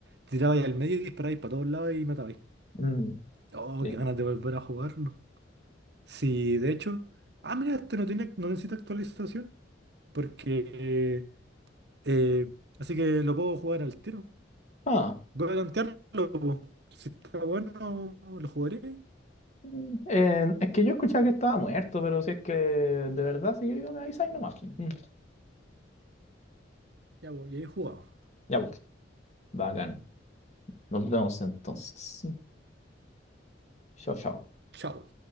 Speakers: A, on the right (about 60°); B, on the left (about 35°).
A: Tirabais al medio y disparabais para todos lados y matabais.
B: mm,
A: Oh,
B: sí.
A: qué ganas de volver a jugarlo. Sí, de hecho. Ah, mira, este no tiene, no necesita actualización. Porque. eh, así que lo puedo jugar al tiro.
B: Ah,
A: Voy a tantearlo, po. Si está bueno, lo jugaré.
B: mm, eh, es que yo escuchaba que estaba muerto, pero si es que de verdad, si yo digo, me avisáis nomás. Mm,
A: Ya, voy, y ahí jugado.
B: Ya, pues, bacán. Nos vemos entonces. Chao, chao.
A: Chao.